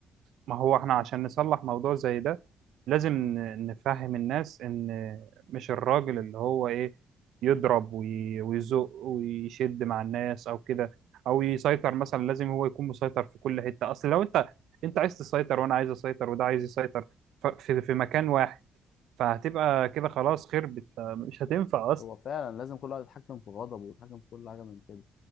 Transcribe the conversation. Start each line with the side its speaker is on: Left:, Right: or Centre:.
Right: ما هو احنا عشان نصلح موضوع زي ده لازم ن- نفهم الناس ان مش الراجل اللي هو ايه يضرب وي- ويزق ويشد مع الناس او كده او يسيطر مثلا لازم هو يكون مسيطر في كل حتة اصل لو انت انت عايز تسيطر وانا عايز اسيطر وده عايز يسيطر ف- في في مكان واحد فهتبقى كده خلاص خربت مش هتنفع اصلا
Left: هو فعلا لازم كل واحد يتحكم في غضبه ويتحكم في كل حاجة من كده